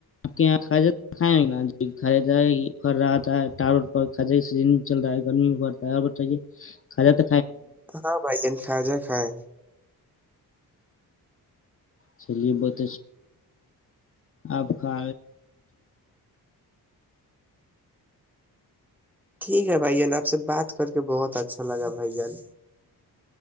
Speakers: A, on the left; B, in the centre.
A: آپ کے یہاں کھجا کھائیں ناھہ پ رہا تھاٹار کھجہ سیزن چل رہا ہے گرمی میں پڑتا ہے اور بتائیے کھاجاک
B: ہاں بھ جین کا جا کھائے
A: چلیے بت آپ کا
B: ٹھیک ہے بھائی جان آپ سے بات کر کے بہت اچھا لگا بھائی جان